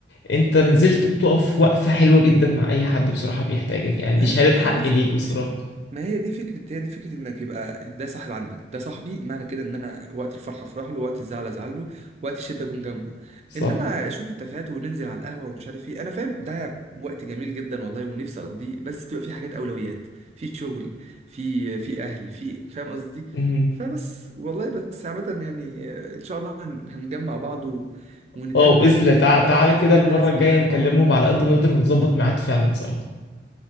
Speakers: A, on the left; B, on the right.
A: انت ما زلت بتقف وقفه حلوه جدا مع اي حد بصراحه بيحتاجك يعني
B: ما
A: دي
B: هي
A: شهاده
B: ما
A: حق
B: هي دي فكرة
A: ليك بصراحه
B: ما هي دي فكرة هي دي فكرة انك يبقى ده صاحب عندك ده صاحبي معنى كده ان انا وقت الفرحة افرح له وقت الزعل ازعل له وقت الشدة اكون جنبه
A: صح
B: انما شغل التفاهات وننزل على القهوة ومش عارف ايه انا فاهم ده وقت جميل جدا والله ونفسي اقضيه بس بتبقى في حاجات اولويات في شغل في في اهل في فاهم قصدي
A: مهم.
B: فبس والله بس عامة يعني آه، ان شاء الله هن- هنجمع بعض و... ونتقابل
A: اه
B: بقى
A: باذن الله
B: المرة
A: تع- تعالى
B: الجاية
A: كده
B: دي بجد
A: المره
B: لازم
A: الجايه
B: نتقابل
A: نكلمهم
B: مع بعض
A: على قد ما نقدر ونظبط ميعاد فعلا سوا